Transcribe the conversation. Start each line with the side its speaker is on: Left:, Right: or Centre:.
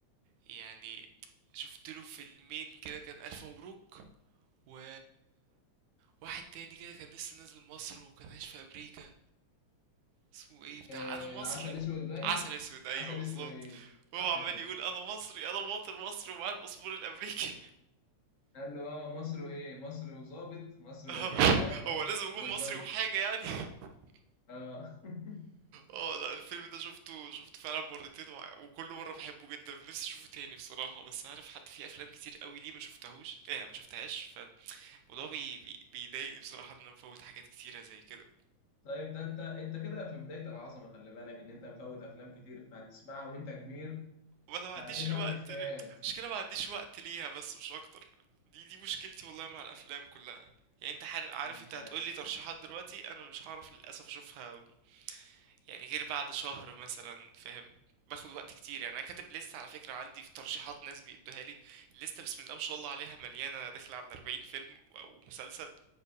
Right: يعني شفت له فيلمين كده كان ألف مبروك و واحد تاني كده كان لسه نازل مصر وكان عايش في أمريكا اسمه ايه بتاع
Left: آه
Right: أنا مصري
Left: عسل اسود باين
Right: عسل أسود أيوه
Left: عسل
Right: بالظبط
Left: اسود صح
Right: هو عمال
Left: كده
Right: يقول أنا مصري أنا مواطن مصري ومعايا الباسبور الأمريكي
Left: قال له اه مصر وايه مصر وظابط مصر
Right: <laughs> آه،
Left: وكيل نيابه
Right: هو لازم أكون
Left: اما الظابط
Right: مصري وحاجة
Left: كان ظابط.
Right: يعني <laughs>
Left: اه <laughs>
Right: اه لا الفيلم ده شفته شفته فعلا مرتين وع- وكل مرة بحبه جدا نفسي اشوفه تاني بصراحة بس عارف حتى في افلام كتير قوي ليه ما شفتهوش ايه ما شفتهاش الموضوع بي... بي... بيضايقني بصراحة إن أنا بفوت حاجات كتيرة زي كده
Left: طيب ده انت انت كده في بدايه العظمه خلي بالك ان انت مفوت افلام كتير فهتسمعها وانت كبير
Right: وما أنا ما
Left: فهتفهم
Right: عنديش الوقت
Left: الافيهات
Right: ل- مشكلة ما عنديش وقت ليها بس مش أكتر دي دي مشكلتي والله مع الأفلام كلها يعني أنت حر... عارف
Left: انت
Right: أنت هتقولي ترشيحات دلوقتي أنا مش هعرف للأسف أشوفها يعني غير بعد شهر مثلا فاهم باخد وقت كتير يعني أنا كاتب لستة على فكرة عندي في ترشيحات ناس بيدوها لي الليستة بسم الله ما شاء الله عليها مليانة داخلة على 40 فيلم أو مسلسل